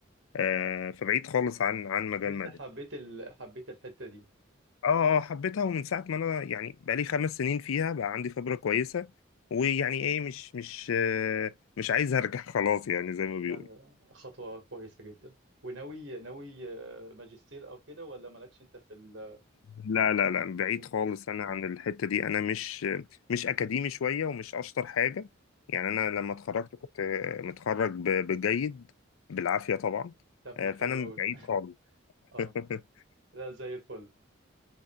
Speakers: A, on the left; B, on the right.
A: آه فبعيد خالص عن عن مجال
B: وأنت
A: مدني
B: حبيت ال... حبيت الحتة دي
A: اه اه حبيتها ومن ساعة ما انا يعني بقالي خمس سنين فيها بقى عندي خبرة كويسة ويعني ايه مش مش آه مش عايز ارجع <laughs> خلاص يعني زي ما بيقولوا
B: لا لا لا خطوة كويسة جدا وناوي ناوي آه، ماجستير أو كده ولا مالكش أنت في ال-
A: لا لا لا بعيد
B: في الفكر
A: خالص انا عن الحته دي انا مش مش اكاديمي شويه ومش اشطر حاجه يعني انا
B: مم.
A: لما اتخرجت كنت متخرج ب- بجيد بالعافيه طبعا
B: طب
A: آه،
B: ما حلو
A: فانا
B: قوي
A: بعيد
B: <laughs>
A: خالص <laughs>
B: أه لا زي الفل